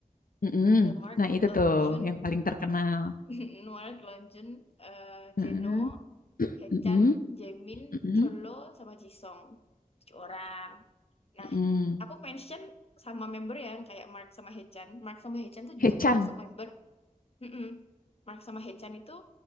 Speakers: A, on the left; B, on the left.
A: Mm-mm.
B: ada Mark,
A: Nah itu
B: eh,
A: tuh
B: Jun,
A: yang paling terkenal.
B: <laughs> Mark, Lonjun, eh,
A: Mm-mm.
B: Jeno Hechan,
A: Mm-mm.
B: Jaemin,
A: Mm-mm.
B: Cholo, sama Jisung. Tujuh orang. Nah,
A: Mm-mm.
B: aku mention sama member ya, yang kayak Mark sama Hechan. Mark sama Hechan tuh
A: Hechan.
B: juga termasuk member. Mm-mm. Mark sama Hechan itu